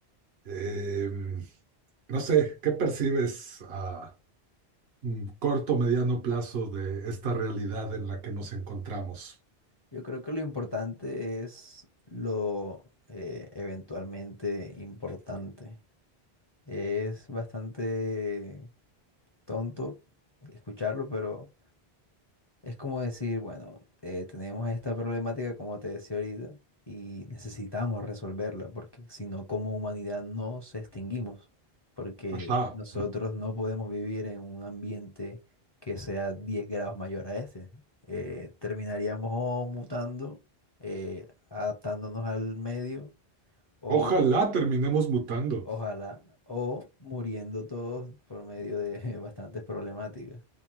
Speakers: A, on the right (about 70°); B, on the left (about 35°).
A: Em, no sé, ¿qué percibes a mm, corto, mediano plazo de esta realidad en la que nos encontramos?
B: Yo creo que lo importante es lo eh, eventualmente importante. Es bastante tonto escucharlo, pero... Es como decir, bueno, eh, tenemos esta problemática, como te decía ahorita, y necesitamos resolverla, porque si no, como humanidad no nos extinguimos, porque
A: Ajá.
B: nosotros no podemos vivir en un ambiente que sea 10 grados mayor a este. Eh, terminaríamos o mutando, eh, adaptándonos al medio, o
A: Ojalá terminemos mutando.
B: ojalá, o muriendo todos por medio de <laughs> bastantes problemáticas.